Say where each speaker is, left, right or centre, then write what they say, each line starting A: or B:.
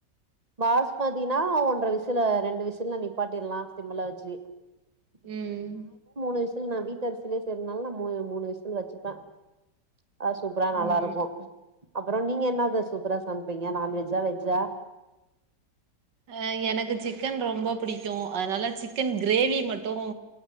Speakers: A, on the right (about 25°); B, on the right (about 80°).
A: பாஸ்மதினா ஒன்ற விஸ் சில ரெண்டு விசில்ல நீப்பாட்டிர்லா சிம்முல வச்சு சி
B: உம்ம்
A: விசுல் நா வீட்டுரிசியிலயே செய்றதுனால நா மூணு விசுல் வச்சுப்பேன் அது சூப்பரா
B: ம்
A: நல்லா இருக்கும்
B: ம்
A: அப்றோ நீங்க என்னது சூப்பரா சமைப்பீங்க நான்வெஜ்ஜா வெஜ்ஜா
B: அஹ் எனக்கு சிக்கன் ரொம்ப பிடிக்கியு அதனால சிக்கன் கிரேவி மட்டூ